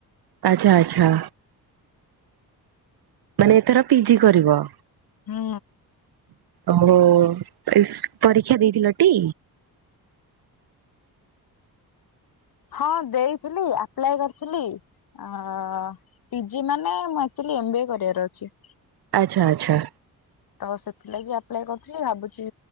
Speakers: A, on the right (about 80°); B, on the left (about 70°).
A: ଆଚ୍ଛା ଆଚ୍ଛା ମାନେ ଏଥର ପି ଜି କରିବ।
B: ହୁଁ।
A: ଓହୋ ଇସି ପରୀକ୍ଷା ଦେଇଥିଲଟି।
B: ହଁ ଦେଇଥିଲି ଆପ୍ଲାଏ କରିଥିଲି। ଆଁ ପି ଜି ମାନେ ମୁଁ ଆଚୁଆଲି ଏମ ବି ଏ କରିବାର ଅଛି।
A: ଆଚ୍ଛା ଆଚ୍ଛା।
B: ତ ସେଥିଲାଗି ଆପ୍ଲାଏ କରୁଥିଲ ଭାବୁଛି